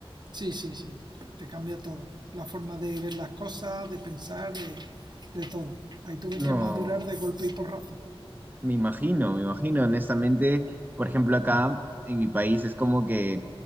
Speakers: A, on the right (about 50°); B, on the right (about 20°).
A: Sí, sí, sí. Te cambia todo. La forma de ver las cosas, de pensar, de, de todo. Ahí tuve
B: No.
A: que madurar de golpe y porrazo.
B: Me imagino, me imagino, honestamente, por ejemplo, acá en mi país es como que,